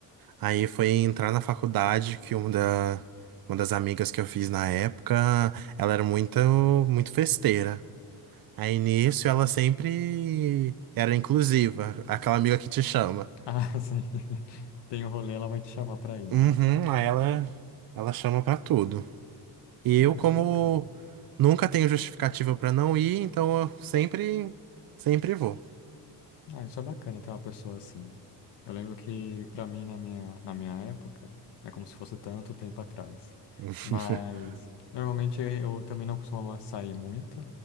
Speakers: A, on the right; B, on the left.
A: Aí foi entrar na faculdade que uma, da, uma das amigas que eu fiz na época, ela era muito, muito festeira. Aí nisso ela sempre era inclusiva, aquela amiga que te chama.
B: Ah, sim. Tem o rolê, ela vai te chamar pra ir,
A: Uhum,
B: né?
A: aí ela, ela chama pra tudo. E eu,
B: Ah,
A: como
B: isso é bacana.
A: nunca tenho justificativa pra não ir, então eu sempre, sempre vou.
B: Ah, isso é bacana ter uma pessoa assim. Eu lembro que, pra mim, na minha, na minha época, é como se fosse tanto tempo atrás.
A: <laughs>
B: Mas, normalmente, eu também não costumava sair muito.